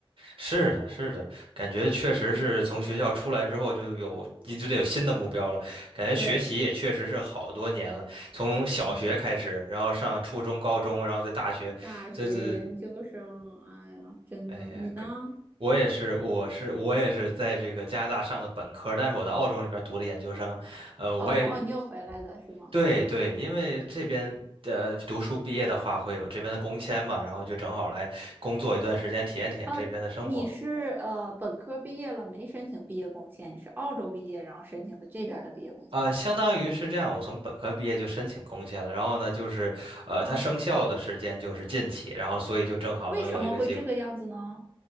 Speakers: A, on the right; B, on the right.
A: 是的，是的，感觉确实是从学校出来之后就有就得有新的目标了。
B: <laughs> 嗯
A: 感觉学习也确实是好多年了，
B: 对，
A: 从小学开始，
B: 嗯，
A: 然后上初中、高中，然后在大学，
B: 大学研究生，
A: 这是
B: 哎呀，真的，
A: 哎呀，
B: 你呢？
A: 给我也是，我是我也是在这个加拿大上的本科，但是我在澳洲那边读的研究生。呃，我也
B: 哦，然后你又回来的是吗？
A: 对对，因为这边。的读书毕业的话，会有这边的工签嘛，然后就正好来工作一段时间，体验体验这边的生活。
B: 呃，你是呃本科毕业了，没申请毕业工签，你是澳洲毕业，然后申请的这边儿的毕业工签吗？
A: 啊，相当于是这样，我从本科毕业就申请工签了，然后呢，就是，呃，
B: 嗯，
A: 它生效的时间就是近期，然后所以就正好能有一个机会。
B: 为什么会这个样子呢？